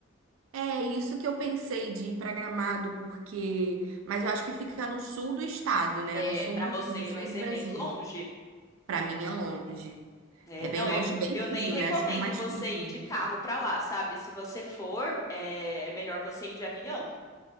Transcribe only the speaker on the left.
É,
para
você
vai ser
bem longe.
É,
não,
eu,
eu nem
recomendo
você
ir de carro para lá, sabe? Se você for, é é melhor você ir de avião.